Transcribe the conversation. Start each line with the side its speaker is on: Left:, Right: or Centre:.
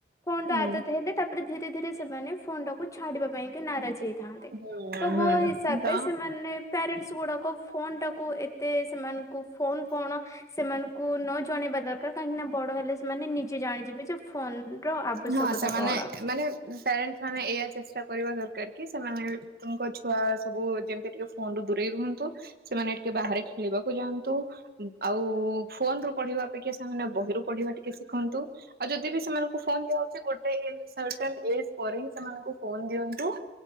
Left: ଫୋନ ର
Right: ହୁଁ
Left: ଆଦତ ହେଲେ ତା ଧୀରେ ଧୀରେ ସେମାନେ ଫୋନ୍ ଟାକୁ ଛାଡିବା ପାଇଁ କା ନାରାଜ ହେଇ ଥାଆନ୍ତି,
Right: ହୁଁ
Left: ତ ମୋ ହିସାବ
Right: ହୁଁ ତ
Left: ରେ ସେମାନେ ପ୍ୟାରେଣ୍ଟସ୍ ଗୁଡା ଫୋନ ଟାକୁ ଏତେ ସେମାନଙ୍କୁ ଫୋନ କଣ, ସେମାନଙ୍କୁ ନ ଜଣେଇବା ଦରକାର। କାହିଁକି ନା ବଡ ହେଲେ ସେମାନେ ନିଜେ ଜାଣିଯିବେ ଯେ ଫୋନ ର ଆବଶ୍ୟକତା
Right: ହଁ ସେମାନେ
Left: କଣ।
Right: ମାନେ ପ୍ୟାରେଣ୍ଟସ୍ ମାନେ ଏଇଆ ଚେଷ୍ଟା କରିବା ଦରକାର କି, ସେମାନେଙ୍କ ଛୁଆ ସବୁ ଯେମିତି ଟିକେ ଫୋନରୁ ଦୂରେଇ ରୁହନ୍ତୁ, ସେମାନେ ଟିକେ ବାହାରେ ଖେଳିବାକୁ ଯାଆନ୍ତୁ। ଆଉ ଫୋନ ରୁ ପଢିବା ଅପେକ୍ଷା ସେମାନେ ବହିରୁ ପଢିବା ଟିକେ ଶିଖନ୍ତୁ। ଆଉ ଯଦି ବି ସେମାନଙ୍କୁ ଫୋନ୍ ଦିଆହଉଚି ଗୋଟେ ଇଏ ହିସାବରେ, ଡ୍ରେସ ପରେ ହିଁ ସେମାନଙ୍କୁ ଫୋନ ଦିଅନ୍ତୁ।